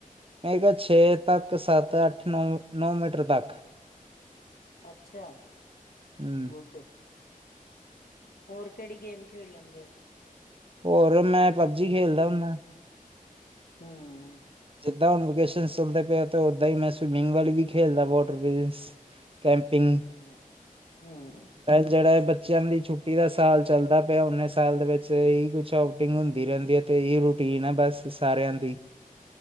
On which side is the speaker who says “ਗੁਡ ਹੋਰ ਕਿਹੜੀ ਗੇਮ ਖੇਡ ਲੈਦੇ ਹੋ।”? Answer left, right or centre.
Left